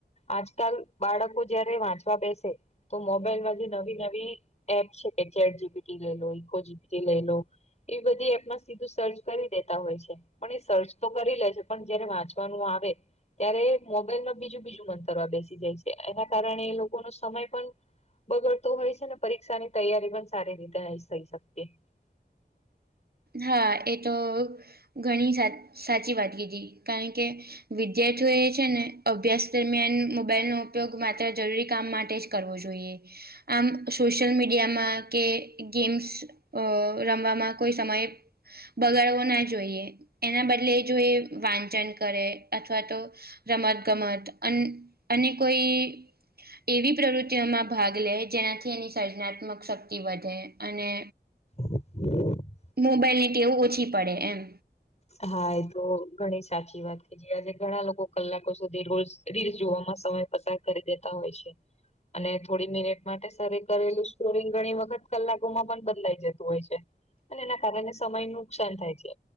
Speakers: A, on the left; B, on the right.
A: આજકાલ બાળકો જયારે વાંચવા બેસે તો મોબાઈલમાં જે નવી નવી એપ છે કે ચેટ જી બી ટી લઈ લો ઇકો જી બી ટી લઈ લો એ બધી એપમાં સીધું સર્ચ કરી દેતા હોય છે. પણ એ સર્ચ તો કરી લે છે, પણ જયારે વાંચવાનું આવે ત્યારે મોબાઈલમાં બીજું બીજું મંતરવા બેસી જાય છે, એના કારણે એ લોકોનો સમય પણ બગડતો હોય છે ને પરીક્ષા ની તૈયારી પણ સારી રીતે નહીં થઈ શકતી. <unintelligible> <inaudible>
B: હા, એતો ઘણી સાચી વાત કીધી. કારણ કે વિદ્યાર્થીઓ એ છે ને અભ્યાસ દરમિયાન મોબાઈલનો ઉપયોગ માત્ર જરૂરી કામ માટે જ કરવો જોઈએ. આમ સોશયલ મીડિયામાં કે ગેમ્સ રમવામાં કોઈ સમયે બગાડવો ના જોઈએ, એના બદલે જોએ વાંચન કરે અથવા તો રમત ગમત અન અને કોઈ એવી પ્રવૃત્તિઓમાં ભાગ લે જેનાથી એની સર્જનાત્મક શક્તિ વધે અને
A: હું. <inaudible>
B: મોબાઈલ ની ટેવું ઓછી પડે એમ.
A: હા એતો ઘણી સાચી વાત આજે ઘણા લોકો કલાકો સુધી રીલસ જોવામાં સમય પસાર કરી દેતા હોય છે. અને થોડી મિનિટ માટે સારું કરેલું સ્ટોરિંગ ઘણી વખત કલાકોમાં પણ બદલાઈ જતું હોય છે. અને એના કારણે સમય નુકસાન થાય છે.